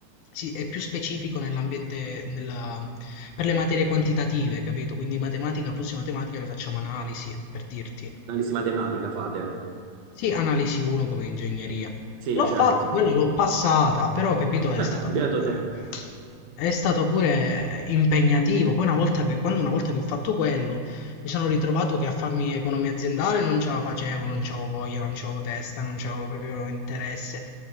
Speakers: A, on the left; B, on the right.
A: si- è più specifico nell'ambiente, nella- per le materie quantitative, capito? Quindi matematica, prossima matematica, ne facciamo analisi, per dirti.
B: Analisi matematica fate?
A: Sì, analisi 1 come ingegneria.
B: Sì,
A: L'ho
B: certo.
A: fatto, quello l'ho passata, però capito, è
B: Beh,
A: stata pure,
B: beato te.
A: è stato pure impegnativo. Poi una volta che, quando una volta che ho fatto quello, mi sono ritrovato che a farmi economia aziendale non ce la facevo, non c'avevo voglia, non c'avevo testa, non c'avevo proprio interesse.